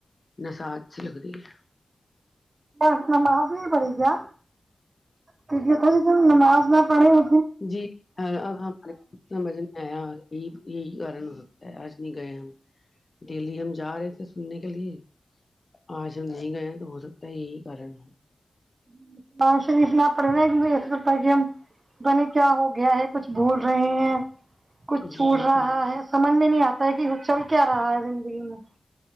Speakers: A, on the left; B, on the right.
A: نساس سی لگتی ہے
B: اچھا نماز نہیں پڑھی کیا کیونکی نماز نہ پڑھے ہو
A: جی اب ہم <unintelligible> اں یہی یہی کارن ہو سکتا ہے آج نہیں گئے ہم ڈیلی ہم جا رہے تھے سننے کے لیے آج ہم نہیں گئے ہیں تو ہو سکتا ہے یہی کارن ہے
B: <unintelligible> کیا ہو گیا ہے کچھ بھول رہے ہیں کچھ چھوڑ
A: جی
B: رہا
A: جی
B: ہے سمجھ میں نہیں آتا ہے کی یے چل کیا رہا ہے زندگی میں